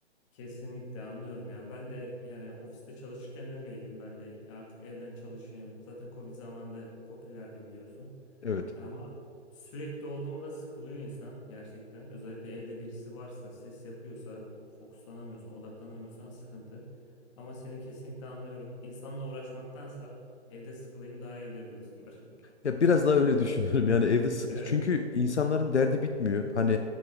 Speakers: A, on the left; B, on the left.
A: Kesinlikle anlıyorum ya. Ben de yani ofiste çalışırken öyleydim. Ben de artık evden çalışayım. Zaten Covid zamanında popülerdi biliyorsun.
B: Evet.
A: Ama sürekli olduğunda da sıkılıyor insan gerçekten. Özellikle evde birisi varsa, ses yapıyorsa, fokuslanamıyorsan, odaklanamıyorsan sıkıntı. Ama seni kesinlikle anlıyorum. İnsanla uğraşmaktansa evde sıkılayım daha iyidir diyorsundur. <laughs>
B: Ya biraz daha öyle <laughs> düşünüyorum. Yani evde sı-
A: Evet,
B: çünkü insanların derdi bitmiyor. Hani